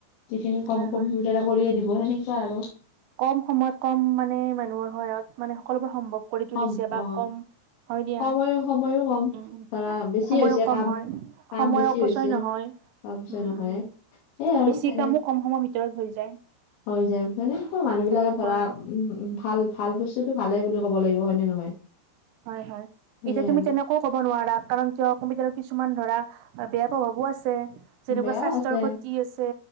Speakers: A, on the left; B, on the right.
A: যিখিনি কাম
B: হয়
A: কম্পিউটাৰে
B: হয়
A: কৰিয়ে দিব। সেনে কোৱা আৰু
B: কম সময়ত, কম মানে মানুহৰ সহায়ত মানে, সকলোবোৰ সম্ভৱ কৰি তুলিছে
A: সম
B: বা
A: অ
B: কম হয় দিয়া,
A: সময়ো সময়ো কম
B: উম।
A: ধৰা বেছি
B: সময়ও
A: হৈছে
B: কম
A: কাম
B: হয়।
A: কাম
B: সময়
A: বেছি
B: অপচয়
A: হৈছে
B: নহয়।
A: তাৰ পিছত
B: উম,
A: নহয়
B: উম
A: সেই আৰু
B: বেছি
A: সেনে
B: কামো কম সময়ৰ ভিত ৰত হৈ যায়।
A: হৈ যায়, হয় নে? মানুহবিলাকে
B: তেনেকুৱা
A: ধৰা,
B: আৰু
A: উম, উম ভাল ভাল বস্তুটো ভালেই বুলি ক'ব লাগিব হয় নে নহয়?
B: হয়, হয়।
A: সেইয়াই
B: এতিয়া তুমি
A: আৰু
B: তেনেকো ক'ব নোৱাৰা কাৰণ কিয় কম্পিউটাৰত কিছুমান ধৰা, বেয়া প্ৰভাৱো আছে ছে। যেনেকুৱা
A: বেয়াও
B: স্বাস্থ্যৰ
A: আছে
B: ওপৰত দি আছে,